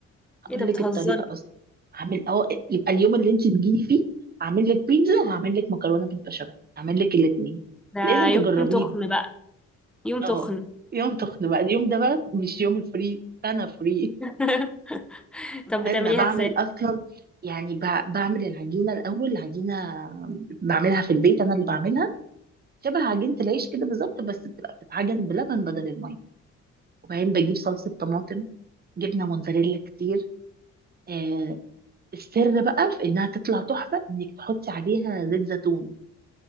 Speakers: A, on the right; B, in the centre.
A: هقول
B: ايه ده
A: لك
B: بتهزري
A: الطريقه اصلا هعمل أو... يبقى اليوم اللي انت تجيلي فيه هعمل لك بيتزا وهعمل لك مكرونه بالبشاميل هعمل لك الاثنين
B: ده
A: لازم
B: يوم
A: تجربيهم
B: تخن بقى يوم
A: اه
B: تخن
A: يوم تخنق بقى اليوم ده بقى مش يوم الفري انا فري
B: <laughs> طب
A: لا
B: بتعمليها
A: ده انا بعمل
B: ازاي
A: اصلا يعني ب- بعمل العجينه الاول العجينه بعملها في البيت انا اللي بعملها شبه عجينه العيش كده بالظبط بس بتبقى بتتعجن بلبن بدل الميه وبعدين بجيب صلصه طماطم جبنه موتزاريلا كتير آه السر بقى في انها تطلع تحفه انك تحطي عليها زيت زيتون